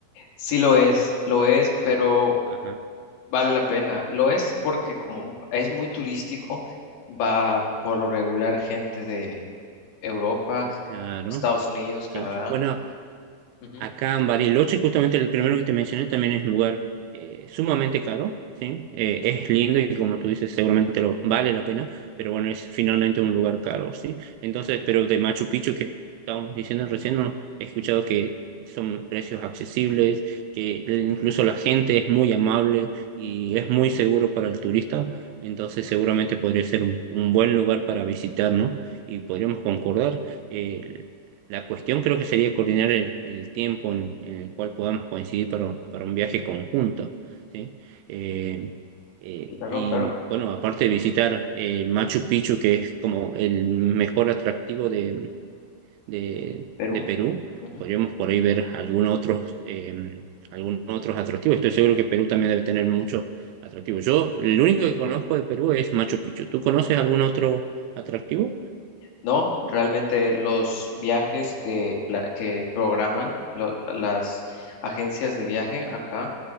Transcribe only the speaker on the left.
Sí lo es, lo es, pero
vale la pena. Lo es porque como es muy turístico, va por lo regular gente de Europa,
Estados Unidos, Canadá.
Ujú,
Claro,
claro,
Perú.
ujú.
No, realmente los viajes que, pla- que programan lo- las agencias de viaje acá